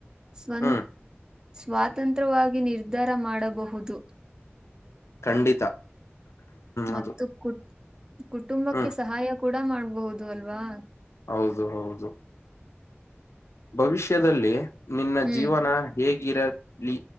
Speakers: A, on the right; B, on the left.
A: ಸ್ವಂತ
B: ಹ್ಮ್
A: ಸ್ವಾತಂತ್ರ್ಯವಾಗಿ ನಿರ್ಧಾರ ಮಾಡಬಹುದು
B: ಖಂಡಿತ
A: ಮತ್ತು
B: ಅದು
A: ಕುಟ್ ಕುಟುಂಬಕ್ಕೆ
B: ಹ್ಮ್
A: ಸಹಾಯ ಕೂಡ ಮಾಡ್ಬಹುದು ಅಲ್ವಾ
B: ಹೌದು ಹೌದು ಭವಿಷ್ಯದಲ್ಲಿ ನಿನ್ನ
A: ಹ್ಮ್
B: ಜೀವನ ಹೇಗಿರಲಿ